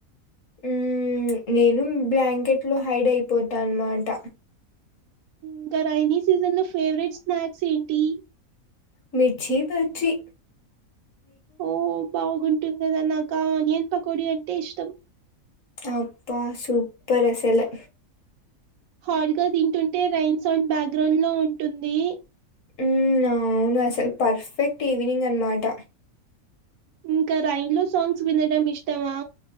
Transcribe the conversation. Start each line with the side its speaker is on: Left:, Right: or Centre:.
Left: ఉమ్ ప్చ్ నేను బ్లాంకెట్ లో హైడ్ అయిపోతా అనమాట
Right: ఇంకా రెయినీ సీజన్ లో ఫేవరెట్ స్నాక్స్ ఏంటి
Left: మిర్చీ బజ్జి
Right: ఓహో బాగుంటుంది కదా నాకా ఆనియన్ పకోడి అంటే ఇష్టం
Left: అబ్బా సూపర్ అసలు
Right: హాట్ గా తింటుంటే రెయిన్ సౌండ్ బ్యాక్గ్రౌండ్ లో ఉంటుంది
Left: ఉమ్ అవును అసలు పర్ఫెక్ట్ ఈవినింగ్ అనమాట
Right: ఇంకా రెయిన్ లో సాంగ్స్ వినడం ఇష్టమా